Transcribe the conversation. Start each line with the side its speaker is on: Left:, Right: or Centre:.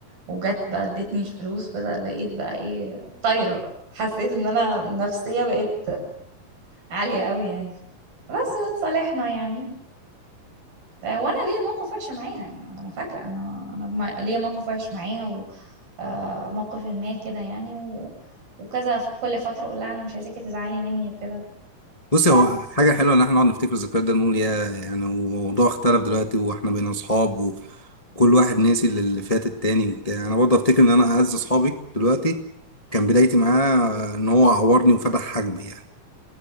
Right: وجت بقى ادتني الفلوس وده بقيت بقى ايه طايرة حسيت ان انا نفسية بقيت عالية قوي يعني بس وتصالحنا يعني آه، وانا ليا موقف وحش معاها يعني انا فاكرة انا انا ما- ليا موقف وحش معاها و... آه، موقف ما كده يعني و... وكذا ف- كل فترة اقول لها انا مش عايزاكي تزعلي مني وكده
Left: بصي
Right: بس
Left: هو حاجة حلوة إن احنا نقعد نفتكر الذكريات ده نقول يا يعني الموضوع اختلف دلوقتي واحنا بقينا صحاب وكل واحد ناسي اللي اللي فات التاني وبتاع أنا برضه أفتكر إن أنا أعز صحابي دلوقتي كان بدايتي معاه إن هو عورني وفتح حاجبي يعني